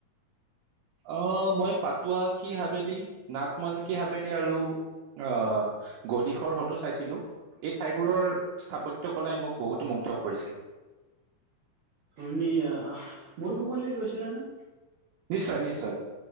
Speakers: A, on the right; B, on the right.
A: অ, মই পাতোৱা কি হাবেল, নাট মাল কি হাবেল, আৰু আহ, গদিশৰ সটো চাইছিলো। এই ঠাইবোৰৰ স্থাপত্য কলাই, মোক বহুতো মুগ্ধ কৰিছিল।
B: ধুনীয়া মোৰ ভূৱনলৈ গৈছিলা নে?
A: নিশ্চয়, নিশ্চয়,